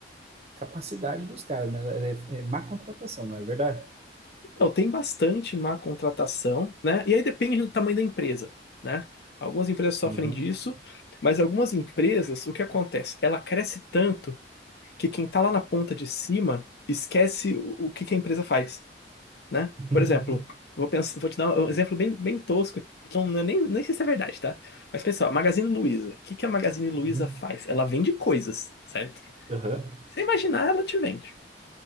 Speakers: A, on the right; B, on the left.
A: capacidade dos caras, né? É, é má contratação, não é verdade?
B: Então, tem bastante má contratação, né? E aí depende do tamanho da empresa, né? Algumas empresas sofrem
A: Uhum.
B: disso, mas algumas empresas, o que acontece? Ela cresce tanto que quem está lá na ponta de cima esquece o, o que, que a empresa faz, né?
A: <laughs>
B: Por exemplo, vou, pensar, vou te dar um exemplo
A: Sim.
B: bem, bem tosco, que eu não- é nem, nem sei se é verdade, tá? Mas pessoal, a Magazine Luiza. O que, que a Magazine Luiza
A: Uhum.
B: faz? Ela vende coisas, certo?
A: Aham.
B: Você imaginar, ela te vende.